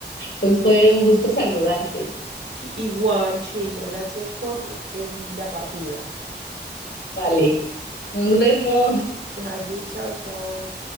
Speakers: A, on the left; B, on the right.
A: pues fue un gusto saludarte.
B: Igual, Sheila, gracias por el- la partida.
A: Vale, nos vemos.
B: Dale, chao, chao.